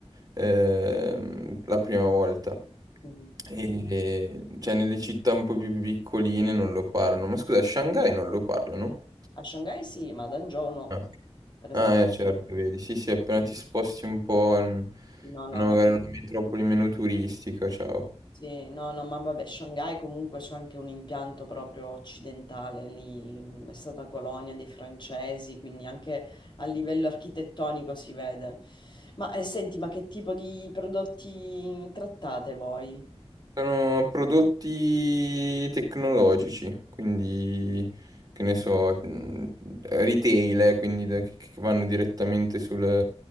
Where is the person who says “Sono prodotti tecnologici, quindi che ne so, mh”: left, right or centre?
Right